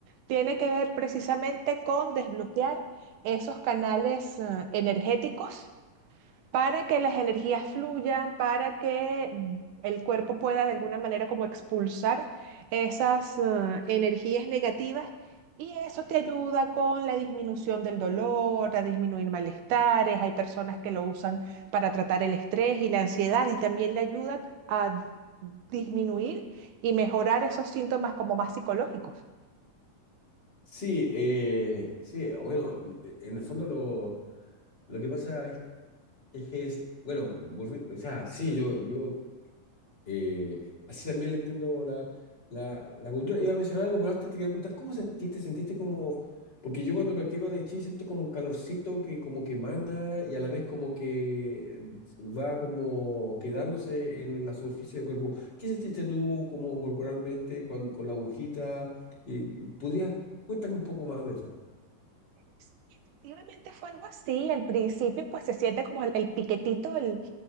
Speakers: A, on the right; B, on the left.
A: tiene que ver precisamente con desbloquear esos canales eh, energéticos para que las energías fluyan, para que mm, el cuerpo pueda de alguna manera como expulsar esas eh, energías negativas y eso te ayuda con la disminución del dolor, a disminuir malestares. Hay personas que lo usan para tratar el estrés y la ansiedad y también le ayuda a disminuir y mejorar esos síntomas como más psicológicos.
B: Sí, eh, sí, bueno, e- en el fondo lo, lo que pasa es... Es que es, bueno, volvi- o sea, sí, yo, yo Eh, así también le entiendo la, la, la cultura. Iba a mencionar algo, pero antes te quería preguntar, ¿cómo sentiste? ¿Sentiste como...? Porque yo cuando practico Tai Chi siento como un calorcito que como que emana y a la vez como que eh, va como quedándose en la superficie del cuerpo. ¿Qué sentiste tú como corporalmente cuan- con, la agujita? Eh, eh, ¿Podrías... Cuéntame un poco más de eso.
A: Sí, Efectivamente fue algo así. Al principio, pues se siente como el, el piquetito, el,